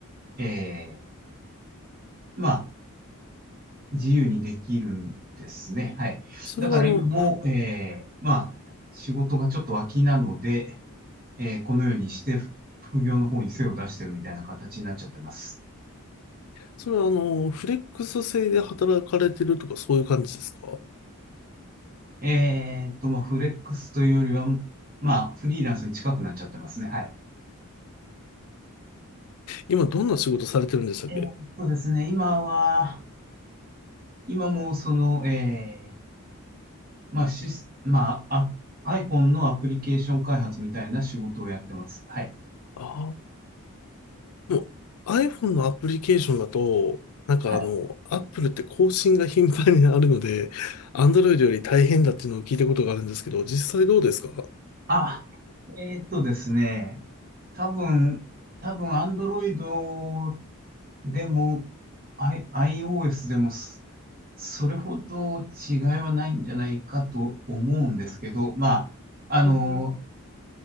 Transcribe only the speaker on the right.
えーまあ、自由にできるんですね。はい。
だから今も、えーまあ、仕事がちょっと空きなので、えーこのようにして、副業の方に背を出してるみたいな形になっちゃってます。
えーっと、まあ、フレックスというよりは、まあ、フリーランスに近くなっちゃってますね。はい。
えーっとですね、今は、今もその、えー、まあ、シス、まあ、あ、iPhone のアプリケーション開発みたいな仕事をやってます。はい。
はい。
あ、えーっとですね、多分、多分 Android でも、I、iOS でもす、それほど違いはないんじゃないかと思うんですけど、まあ、あの、